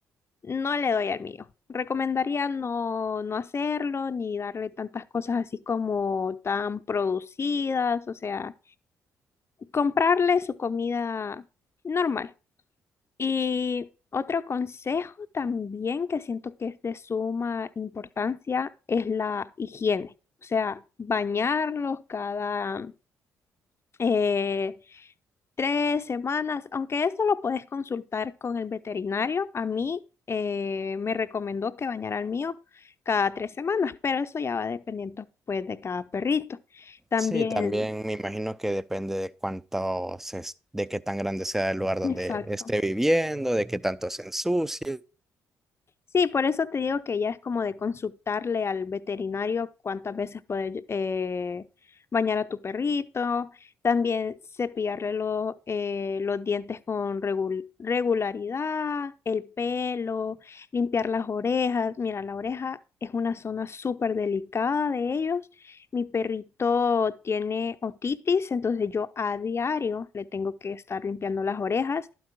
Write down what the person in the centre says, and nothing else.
Sí, también me imagino que depende de cuánto se es- de qué tan grande sea el lugar donde
esté viviendo, de qué tanto se ensucie.